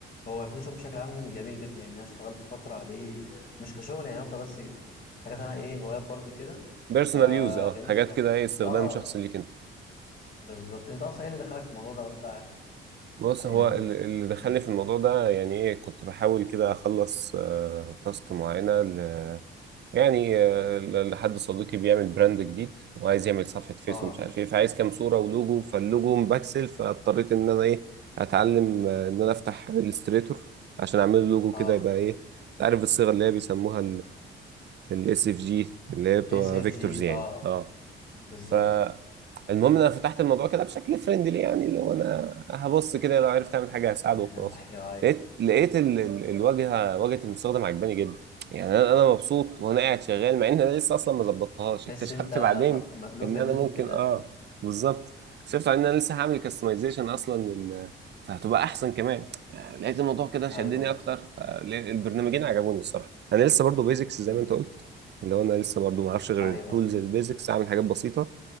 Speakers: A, on the left; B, on the right.
A: هو الفوتوشوب بشكل عام جميل جدا يعني انا اشتغلت فتره عليه آه، مش كشغل يعني هو كبس حاجات انا ايه هوايات برضو كده
B: بيرسونال
A: فجميل
B: يوز اه حاجات
A: صراحه
B: كده ايه استخدام
A: اه
B: شخصي ليك انت
A: بالظبط انت اصلا ايه اللي دخلك في الموضوع ده وانت
B: بص
A: يعني
B: هو ال- اللي
A: ج-
B: دخلني
A: مم.
B: في الموضوع ده يعني ايه كنت بحاول كده اخلص آه، تاسك معينه ل- يعني آه، ل- لحد صديقي بيعمل براند جديد وعايز يعمل صفحه فيس
A: اه
B: ومش عارف ايه فعايز كام صوره ولوجو فاللوجو مبكسل فاضطريت ان انا ايه اتعلم آه، ان انا افتح الستريتور عشان اعمل له لوجو
A: اه
B: كده يبقى ايه انت عارف الصيغه اللي هي بيسموها الاس اف جي اللي هي بتبقى
A: اس اف
B: فيكتورز
A: جي
B: يعني
A: اه
B: اه
A: بالظبط
B: ف المهم إن انا فتحت الموضوع كده بشكل فريندلي يعني اللي هو انا هبص كده لو عرفت اعمل حاجه هساعده
A: <laughs>
B: وخلاص
A: ايوه ايوه
B: لقيت لقيت ال... ال... الواجهه واجهه المستخدم عجباني جدا يعني انا انا مبسوط وانا قاعد شغال مع ان انا لسه اصلا ما ظبطتهاش
A: تحس
B: اكتشفت
A: انت
B: بعدين
A: م- مألوفه
B: ان انا
A: ليك
B: ممكن
A: كده
B: اه بالظبط اكتشفت بعدين ان انا لسه هعمل كاستمايزيشن اصلا لل... فهتبقى احسن كمان آه، لقيت الموضوع كده شدني
A: ايوه
B: اكتر فالبرنامجين عجبوني الصراحه انا لسه برضو بيزكس زي
A: مم.
B: ما انت قلت اللي هو انا لسه برضو ما اعرفش غير
A: ايوه
B: التولز البيزكس اعمل حاجات بسيطه